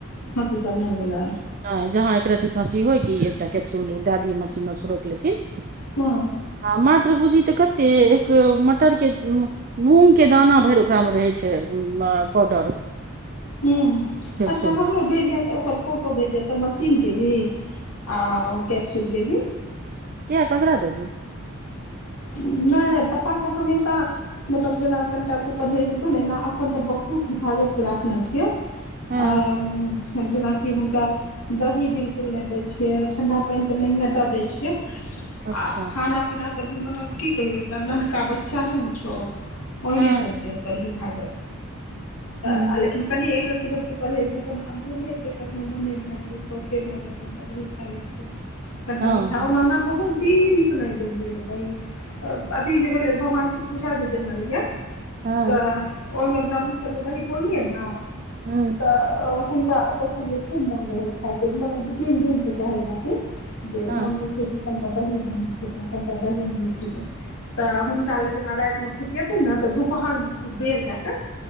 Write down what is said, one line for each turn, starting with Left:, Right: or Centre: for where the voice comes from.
Left: खाँसी सब नय भेलै।
Right: नय जहाँ एकरती खाँसी होय कि एकटा कैप्सूल दए दियै मशीन मे सुरैक लेथिन।
Left: हँ
Right: आ मात्र बूझहि तऽ कते एक मटर के उंम्म मूँग के दाना भरि ओकरा मे रहै छै म पाउडर।
Left: ह
Right: कैप्सूल
Left: अच्छा हमरो
Right: मे
Left: भेजिय तऽ ओकर। फोटो भेजिए तऽ मशीन के भी आ ओ कैप्सूल के भी।
Right: किया ककरा दबो।
Left: नहि पप्पा क हमेशा। मतलब जेना कनिटा कु परहेज हेतौ ने एना अखन ते बहुत हिफाजत से राखने छिये। आ
Right: हँ
Left: जेना कि। कि हुनका दही बिलकुल नहि दै छियै ठण्डा पानि तऽ नहिए टा दै छियै।
Right: अच्छा
Left: आ खाना पीना सभ भी मने की कहियो एकटा नन्हका बच्चा ने होइ छौ। ओ ओहिने
Right: हँ
Left: सन के ओकर हिफाजत त
Right: हँ
Left: लेकिन कनि एक रत्ती भर के। परहेज छै तऽ आब बुढ़े छै कखनो मोने भए गेलै शौखे भए गेलै कनिटा दही खा लै छियै। कनिटा
Right: हँ
Left: मिठा ओना ने बहुत दीन से नय देयलिये या दही। अथी जे भेलै भगवान के पूजा जे देने रहियए
Right: हँ
Left: तऽ। ओहिमे ब्राह्मण सभ के दही पौरलियै ने।
Right: हू।
Left: तऽ हुनका देखलियै खूब मोन रहै खाय के मतलब दू तीन दिन सँ कहै रहथिन। जे
Right: हँ
Left: मोन होइ छै कि कनीटा दही हमहँ खैतहुँ कनिटा दही हमूँहू खेतहुँ। तऽ हुनका लए जेना रातिमे खेतियथिन ने तऽ दुपहर मे खूब बेर कए कऽ